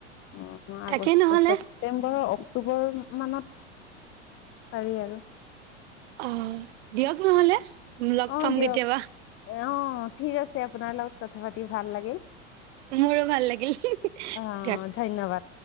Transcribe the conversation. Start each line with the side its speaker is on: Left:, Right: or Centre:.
Left: অ', আগষ্ট
Right: তাকেই নহ'লে
Left: ছেপটেম্বৰ বৰ মানত পাৰি আৰু
Right: অ', দিয়ক নহ'লে লগ
Left: অ
Right: পাম
Left: দিয়ক
Right: কেতিয়াবা।
Left: অ', ঠিক আছে আপোনাৰ লগত কথা পাতি ভাল লাগিল।
Right: মোৰো ভাল লাগিল
Left: অ
Right: দে।
Left: ধন্যবাদ।